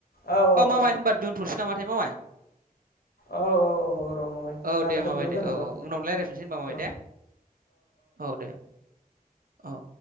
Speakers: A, on the left; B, on the right.
A: औ औ
B: अ मामाय होनबा दोनथ'नोसै नामाथाय मामाय।
A: औ औ औ औ र' मामाय
B: औ
A: जागोरथों
B: दे मामाय
A: ग्रोब
B: दे
A: ग्रोब
B: औ
A: जाथों
B: औ उनाव रायलायफिनसै होनबा मामाय
A: र'
B: दे। औ दे औ।